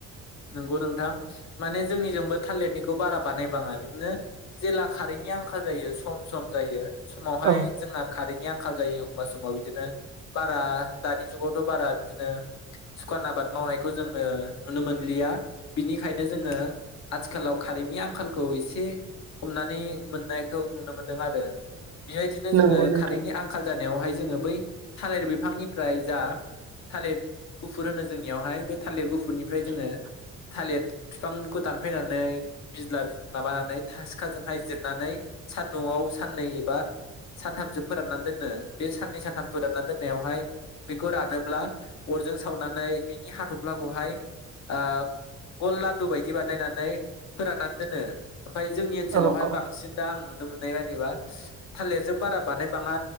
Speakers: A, on the left; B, on the right.
A: नंगौ नोंथां माने जोंनिजोंबो थालिरनिखौ बारा बानायबाङा बिदिनो जेला खारैनि आंखाल जायो सम सम जायो। समावहाय
B: औ
A: जोंहा खारैनि आं खाल जायो एखमबा समाव बिदिनो बारा दानि जुगावथ' बारा बिदिनो सुखान आबाद मावनायखौ जोङो नुनो मोन लिया बिनिखायनो जोङो आथिखालाव खारैनि आंखालखौ एसे हमनानै मोननायखौ नुनो मोनदों आरो । बेबायदिनो
B: नंगौ
A: जोङो
B: नोंथां।
A: खारेन्टनि आंखाल जानायावहाय जोङो बै थालिर बिफांनिफ्राय जा थालिर गुफुर होनो जोंनियावहाय बे थालिर गुफुरनि जोङो थालिर बिफांखौ दानफायनानै बिज्ला- बिज्ला माबानानै सिखाजोंहाय जिरनानै सानदुंआव साननै एबा सानथामसो फोराननानै दोनो बे साननै सानथाम फोराननानै दोननायावहाय बेखौ रानोब्ला अरजों सावनानै बिनि हाथ'फ्लाखौहाय आ गल लादु बायदि बानायनानै फोराननानै दोनो । ओमफ्राय जोंनि ओनसोलावहाय
B: औ औ
A: बांसिन दा आं नुनो मोननाय बा एबा थालिरजों बारा बानाय बांआ